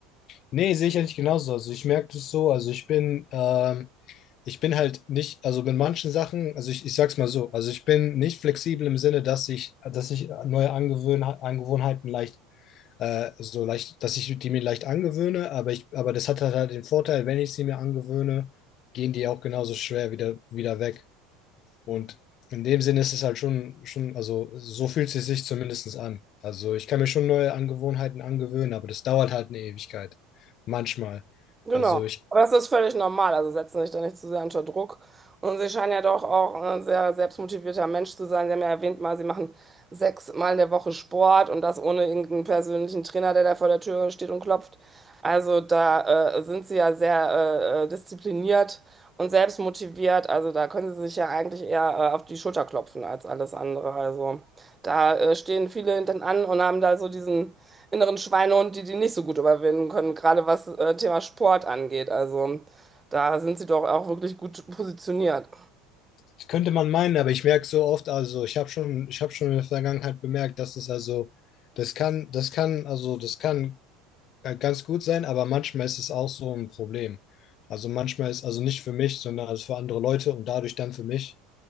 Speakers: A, on the left (about 50°); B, on the right (about 15°).
A: Nee, sehe ich ja nicht genauso. Also ich merke das so, also ich bin, ähm, ich bin halt nicht, also mit manchen Sachen, also ich, ich sag's mal so, also ich bin nicht flexibel im Sinne, dass ich, dass ich neue Angewöhn Angewohnheiten leicht, äh, so leicht, dass ich die mir leicht angewöhne, aber ich, aber das hat halt halt den Vorteil, wenn ich sie mir angewöhne, gehen die auch genauso schwer wieder, wieder weg. Und in dem Sinne ist es halt schon, schon, also so fühlt es sich zumindest an. Also ich kann mir schon neue Angewohnheiten angewöhnen, aber das dauert halt eine Ewigkeit. Manchmal.
B: Genau,
A: Also ich
B: aber das ist völlig normal. Also setzen sich da nicht zu sehr unter Druck. Und sie scheinen ja doch auch ein sehr selbstmotivierter Mensch zu sein. Sie haben ja erwähnt mal, sie machen sechs Mal in der Woche Sport und das ohne irgendeinen persönlichen Trainer, der da vor der Tür steht und klopft. Also da äh, sind sie ja sehr äh, äh, diszipliniert und selbstmotiviert. Also da können sie sich ja eigentlich eher äh, auf die Schulter klopfen als alles andere. Also da äh, stehen viele hinten an und haben da so diesen inneren Schweinehund, die die nicht so gut überwinden können, gerade was äh, Thema Sport angeht. Also da sind sie doch auch wirklich gut positioniert.
A: Das könnte man meinen, aber ich merke so oft, also ich habe schon, ich habe schon in der Vergangenheit bemerkt, dass es also, das kann, das kann, also das kann äh, ganz gut sein, aber manchmal ist es auch so ein Problem. Also manchmal ist, also nicht für mich, sondern also für andere Leute und dadurch dann für mich.